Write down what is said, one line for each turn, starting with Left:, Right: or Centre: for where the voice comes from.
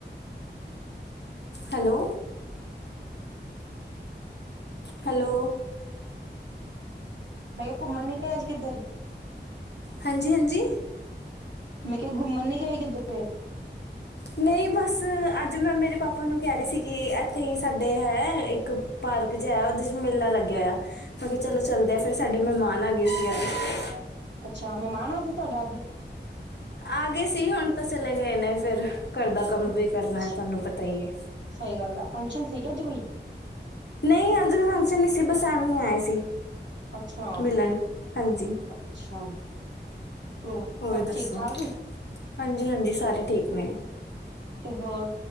Left: ਹੈਲੋ ਹੈਲੋ
Right: ਮੈਂ ਕਿਹਾ ਘੁੰਮਣ ਨੀ ਗਏ ਅੱਜ ਕਿੱਧਰ
Left: ਹਾਂਜੀ- ਹਾਂਜੀ
Right: ਮੈਂ ਕਿਹਾ ਘੁੰਮਣ ਨੀ ਗਈ ਕਿਧਰੇ
Left: ਨਹੀਂ ਬਸ ਅੱਜ ਮੈਂ ਮੇਰੇ ਪਾਪਾ ਨੂੰ ਕਹਿ ਰਹੀ ਸੀ ਕਿ ਇੱਥੇ ਹੀ ਸਾਡੇ ਹੈ ਇੱਕ ਪਾਰਕ ਜ ਆਇਆ ਉਹਦੇ 'ਚ ਮੇਲਾ ਲੱਗਿਆ ਆ ਮੈ ਕਿਹਾ ਚਲੋ ਚੱਲਦੇ ਆ ਫਿਰ ਸਾਡੇ ਮਹਿਮਾਨ ਆ ਗਏ ਸੀ ਅੱਜ
Right: ਅੱਛਾ ਮਹਿਮਾਣ ਆ ਗਏ ਤੁਹਾਡਾ ਅੱਜ
Left: ਆ ਗਏ ਸੀ ਹੁਣ ਤਾਂ ਚਲੇ ਗਏ ਨੇ ਫਿਰ ਘਰ ਦਾ ਕੰਮ
Right: ਅੱਛਾ
Left: ਵੀ ਕਰਨਾ ਤੁਹਾਨੂੰ ਪਤਾ ਈ ਏ।
Right: ਸਹੀ ਗੱਲ ਹੈ ਫੰਕਸ਼ਨ ਸੀਗੇ ਅੱਜ ਕੋਈ
Left: ਨਹੀਂ ਅੱਜ ਫੰਕਸ਼ਨ ਨਹੀਂ ਸੀ ਬਸ ਐਵੇਂ ਆਏ ਸੀ।
Right: ਅੱਛਾ-
Left: ਮਿਲਣ ਹਾਂਜੀ
Right: ਅੱਛਾ ਉਹ
Left: ਹੋਰ
Right: ਸਭ
Left: ਦੱਸੋ
Right: ਠੀਕ ਠਾਕ
Left: ਹਾਂਜੀ- ਹਾਂਜੀ ਸਾਰੇ ਠੀਕ ਨੇ।
Right: ਤੇ ਹੋਰ